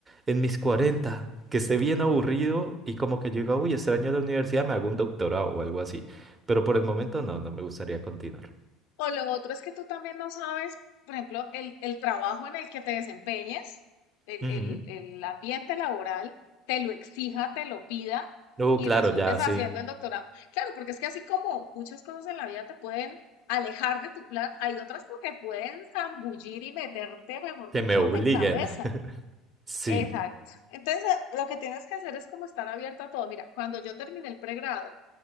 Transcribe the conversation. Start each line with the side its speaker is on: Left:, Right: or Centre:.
Right: en mis 40 que esté bien aburrido y como que yo diga, uy, extraño la universidad, me hago un doctorado o algo así. Pero por el momento no, no me gustaría continuar.
Left: O lo otro es que tú también no sabes, por ejemplo, el, el trabajo en el que te desempeñes, el,
Right: Ujú.
Left: el- el ambiente laboral, te lo exija, te lo pida
Right: Uh,
Left: y
Right: claro,
Left: resultes
Right: ya sí.
Left: haciendo el doctorado. Claro, porque es que así como muchas cosas en la vida te pueden alejar de tu plan, hay otras que te pueden zambullir y meterte, mejor
Right: Que
Left: dicho,
Right: me obliguen.
Left: de cabeza.
Right: <laughs> Sí.
Left: Exacto. Entonces, eh, lo que tienes que hacer es como estar abierto a todo. Mira, cuando yo terminé el pregrado,